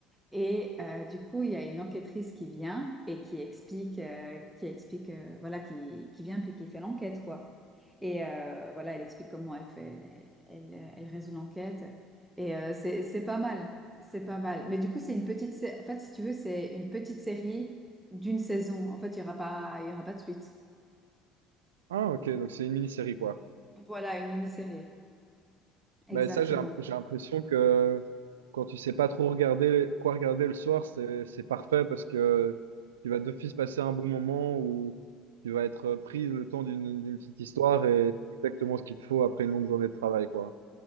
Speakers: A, in the centre; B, on the right (about 85°).
A: Et euh, du coup, il y a une enquêtrice qui vient et qui explique, euh, qui explique, euh, voilà, qui, qui vient puis qui fait l'enquête, quoi. Et euh, voilà, elle explique comment elle fait, elle, elle résout l'enquête. Et euh, c'est, c'est pas mal, c'est pas mal. Mais du coup, c'est une petite, sé- en fait, si tu veux, c'est une petite série d'une saison. En fait, il y aura pas, il y aura pas de suite.
B: Ah, ok, donc c'est une mini-série, quoi.
A: Voilà, une mini-série. Exactement.
B: Mais ça, j'ai j'ai l'impression que quand tu sais pas trop regarder quoi regarder le soir, c'est c'est parfait parce que tu vas d'office passer un bon moment où tu vas être pris le temps d'une d'une petite histoire et exactement ce qu'il te faut après une longue journée de travail, quoi.